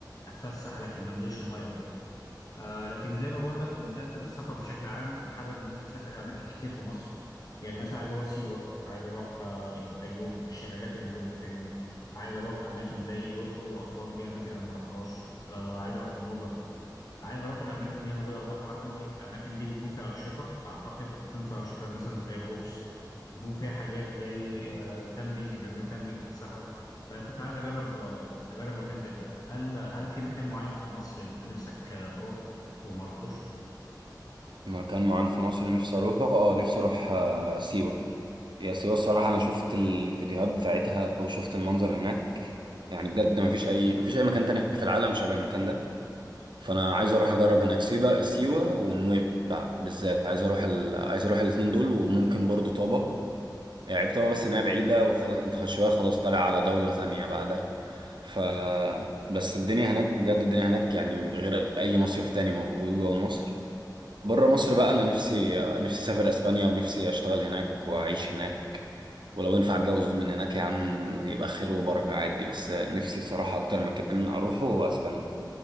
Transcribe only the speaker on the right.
مكان معين في مصر نفسي اروحه اه نفسي اروح آه، سيوه يا سيوة الصراحة أنا شفت الفيديوهات بتاعتها وشفت المنظر هناك يعني بجد مفيش أي مفيش أي مكان تاني في العالم شبه المكان ده فأنا عايز أروح أجرب هناك سيبا سيوة ونويبع بالذات عايز أروح ال... عايز أروح الاتنين دول وممكن برضو طابة يعني عيب طابة بس إنها بعيدة وخلاص أنت شوية خلاص طالع على دولة تانية بعدها ف بس الدنيا هناك بجد الدنيا هناك يعني غير أي مصيف تاني موجود جوه مصر بره مصر بقى انا نفسي نفسي اسافر اسبانيا ونفسي اشتغل هناك واعيش هناك ولو ينفع اتجوز من هناك يا عم يبقى خير وبركة عادي بس نفسي صراحة اكتر مكان اروحه هو اسبانيا